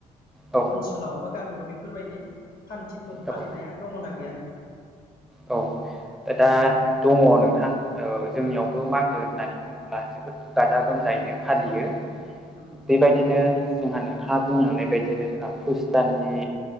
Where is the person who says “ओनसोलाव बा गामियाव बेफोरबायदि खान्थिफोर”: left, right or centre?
Left